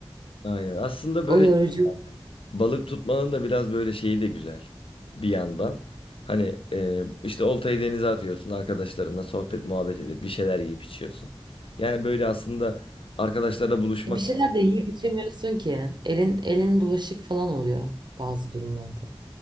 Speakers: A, on the left; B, on the right.
A: Aynen. Aslında böyle
B: O yorucu.
A: balık tutmanın da biraz böyle şeyi de güzel bir yandan. Hani e, işte oltayı denize atıyorsun arkadaşlarınla sohbet muhabbet edip bir şeyler yiyip içiyorsun. Yani böyle aslında arkadaşlarla buluşmak
B: Bir şeyler de yiyip içemiyorsun ki. Elin elin bulaşık falan oluyor bazı durumlarda.